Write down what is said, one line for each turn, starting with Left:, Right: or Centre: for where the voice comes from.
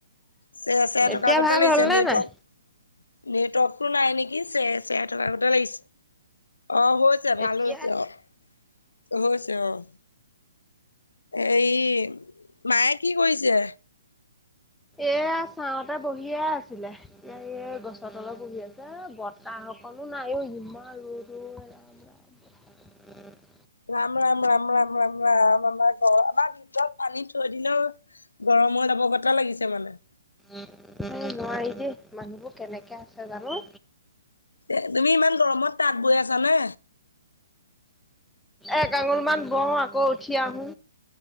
Left: চে চে
Centre: এতিয়া
Left: থকা গতা
Centre: ভাল
Left: লাগিছে
Centre: হ'লনে
Left: নেটৱৰ্ক
Centre: নাই
Left: নেটৱৰ্কতটো নাই নেকি চে চে থকা গতা লাগিছ, অ', হৈছ ছে ভাল
Centre: এতিয়া
Left: হৈছে অ', হৈছে অ'। এই মায়ে কি কৰিছে?
Centre: এয়া চাওঁতে বহিয়ে আছিলে। আইঅ গছৰ তলপ বহি আছে, বতাহ অকণো নাই অই ইমান ৰ'দ অই
Left: উ
Centre: আ
Left: <inaudible>
Centre: <inaudible>
Left: ৰাম, ৰাম, ৰাম, ৰাম, ৰাম, ৰাম, আমাৰ ঘ আমাৰ ভিতৰত পানী থৈ দিলেও গৰমৰ তাপ গটা লাগিছে মানে।
Centre: এই নোৱাৰি দেই মানুহবোৰ কেনেকে আছে জানো।
Left: এ, তুমি ইমান গৰমত তাঁত বৈ আছা নে?
Centre: এক আঙুল মান বওঁ আকৌ উঠি আহো।